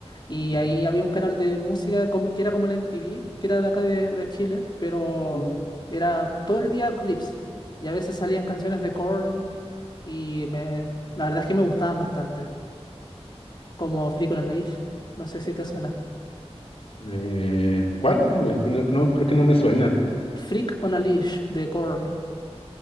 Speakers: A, on the left (about 40°); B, on the left (about 60°).
A: Y
B: sí.
A: ahí había un canal de música como- que era como el MTV, que era de acá de, de Chile, pero
B: Mm,
A: era todo el día clips. Y a veces salían canciones de Korn y me, la verdad es que me gustaban bastante, como Freak on a Leash. No sé si te suena.
B: eh, ¿cuál? Me- No, no, creo que no me suena.
A: eh, Freak on a Leash de Korn.